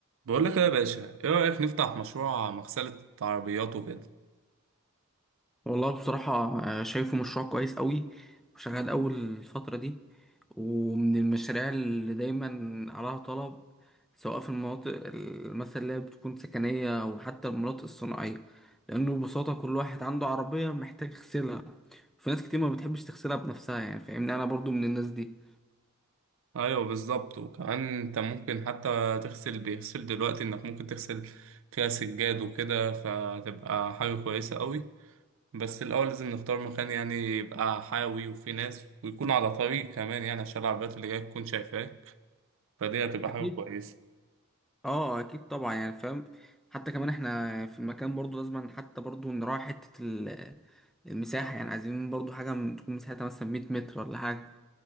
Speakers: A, on the right (about 65°); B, in the centre.
A: بقول لك ايه يا باشا ايه رأيك نفتح مشروع مغسلة عربيات وكده
B: والله بصراحة آه، شايفه مشروع كويس قوي وشغال أول الفترة دي ومن المشاريع اللي دايما عليها طلب سواء في المناطق ال- مثلا اللي هي بتكون سكنية أو حتى المناطق الصناعية لأنه ببساطة كل واحد عنده عربية محتاج يغسلها في ناس كتير ما بتحبش تغسلها بنفسها يعني فاهمني أنا برضو من الناس دي
A: ايوه بالظبط وكمان انت ممكن حتى تغسل بيغسل دلوقتي انك ممكن تغسل فيها سجاد وكده فتبقى حاجة كويسة قوي بس الاول لازم نختار مكان يعني يبقى حيوي وفيه ناس ويكون على طريق كمان يعني عشان العربيات اللي جاية تكون شايفاك فدي هتبقى
B: أكيد
A: حاجة كويسة
B: أه أكيد طبعا يعني فاهم حتى كمان احنا في المكان برضو لازم حتى برضو نراعي حتة ال- المساحة يعني عايزين برضو حاجة تكون مساحتها مثلا 100 متر ولا حاجة